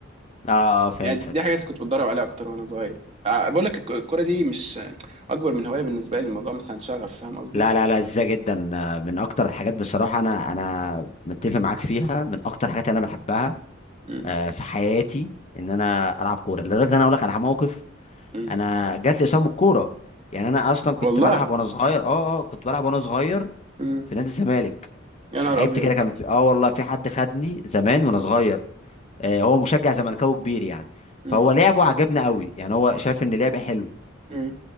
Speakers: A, on the left; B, on the right.
A: اه آه، فهمتك
B: يعني دي حاجات اللي كنت بتدرب عليها اكتر وانا صغير آه، بقول لك الك- الكوره دي مش اكبر من هوايه بالنسبه لي الموضوع مثلا شغف فاهم قصدي
A: لا لا لا ازاي جدا آه، من اكتر الحاجات بصراحه انا انا متفق معاك فيها من اكتر الحاجات اللي انا بحبها
B: مم.
A: آه، في حياتي ان انا العب كوره لدرجه ان انا اقول لك على موقف
B: مم.
A: انا جات لي اصابه الكوره يعني انا اصلا كنت
B: والله
A: بلعب وانا صغير اه اه كنت بلعب وانا صغير
B: مم.
A: في نادي الزمالك
B: يا نهار
A: لعبت
B: ابيض
A: كده كان في اه والله في حد خدني زمان وانا صغير آه، هو مشجع زملكاوي كبير يعني
B: مم.
A: فهو لعبه عجبنا قوي يعني هو شاف ان لعبه حلو
B: مم.